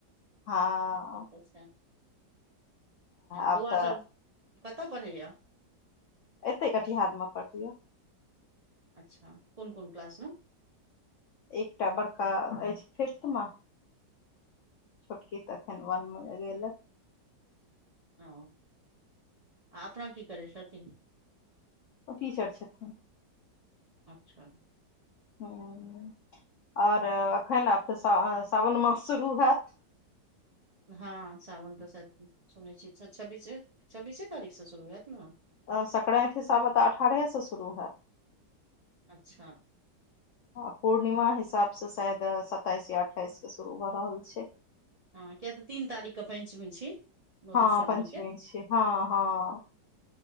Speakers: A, on the left; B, on the right.
A: हँ
B: अहाँक
A: आब
B: बौआ
A: तऽ
B: सब कतऽ पढैया
A: एतै कटिहारमे पढैय
B: अच्छा कोन कोन क्लासमे
A: एकटा बड़का अछि फिफ्थ मे छोटकी तऽ अखन वन मे गेल ये
B: ओ आ अपना कि करै छथिन
A: ओ टीचर छथिन
B: अच्छा
A: आओर अखन आब तऽ
B: अच्छा
A: सावन मास शुरू हैत <inaudible>
B: हँ सावन तऽ सायद सुनै छियै छब्बीस छब्बीसे तारीख से शुरू हैत न
A: आ संक्रांति हिसाबे तऽ अठारहेसँ शुरू हैत
B: अच्छा
A: आ पूर्णिमा हिसाबसँ शायद सत्ताइस या अट्ठाइसके शुरू भऽ रहल छै।
B: हँ किये तऽ तीन तारीखके पंचमी छी मधुश्रावणी
A: हँ पंचमी
B: के
A: छी हँ हँ